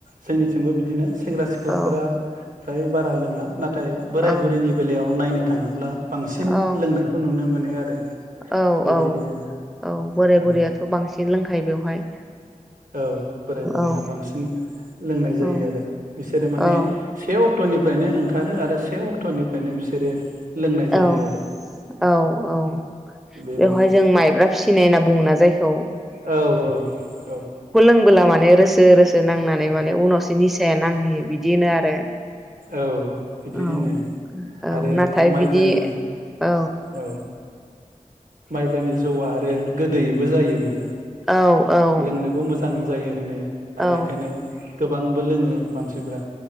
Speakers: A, on the right (about 75°); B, in the centre.
A: जोंनिथिंबो बिदिनो सेंग्रा सिख्लाफोरा
B: औ
A: फ्राय बारा लोङा ना नाथाय बोराय
B: औ
A: बुरैनि बेलायाव नायनो थाङोब्ला बांसिन
B: औ
A: लोंनायखौ नुनो मोनो। <unintelligible>
B: औ
A: बेबायदि
B: औ
A: आरो
B: औ बोराय
A: औ
B: बुरैयाथ' बांसिन लोंखायो बेवहाय।
A: औ बोराय बोराइाया
B: औ
A: बांसिन लोंनाय जायो
B: औ
A: आरो बिसोरो माने
B: औ
A: सेयाव। अक्ट'निफ्रायनो ओंखारो आरो से अक्ट'निफ्रायनो बिसोरो लोंनाय जायो
B: औ
A: आरो
B: औ औ
A: बेबायदि
B: बेवहाय जों माइब्रा फिसिनाय होनना बुङो ना जायखौ।
A: औ औ औ
B: बुंोंबोला माने रोसो रोसो नांनानै माने उनावसो निसाया नांहैयो बिदि होनो आरो।
A: औ बिदि
B: औ
A: होनो
B: औ
A: आरो
B: नाथाय
A: माइब्रानि
B: बिदि औ
A: औ माइब्रानि जौ ब गोदैबो जायोनो
B: औ औ
A: लोंनोबो मोजां जायो होनो आरो
B: औ
A: बेखायनो गोबांबो लोङो मानसिफ्रा